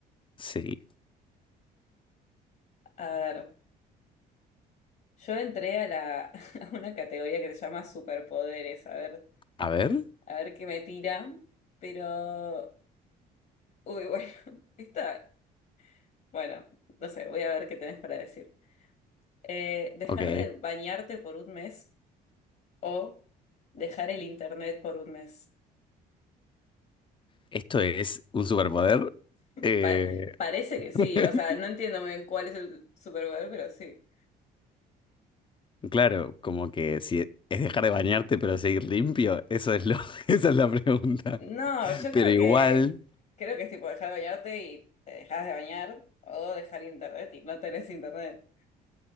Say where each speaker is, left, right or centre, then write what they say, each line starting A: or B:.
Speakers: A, on the left (about 30°); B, on the left (about 60°).
A: Sí.
B: A ver, yo entré a la <laughs> a una categoría que se llama superpoderes, a ver,
A: A ver.
B: a ver qué me tira, pero uy, bueno, <laughs> está, bueno, no sé, voy a ver qué tenés para decir. Eh, dejar
A: Ok.
B: de bañarte por un mes o dejar el internet por un mes.
A: Esto es un superpoder. Eh,
B: Pa- parece
A: <laughs>
B: que sí, o sea, no entiendo muy bien cuál es el superpoder, pero sí.
A: Claro, como que si es dejar de bañarte pero seguir limpio, eso es lo, <laughs> esa es la pregunta.
B: No, yo
A: Pero
B: creo
A: igual,
B: que creo que es tipo dejar de bañarte y te dejas de bañar o dejar internet y no tenés internet.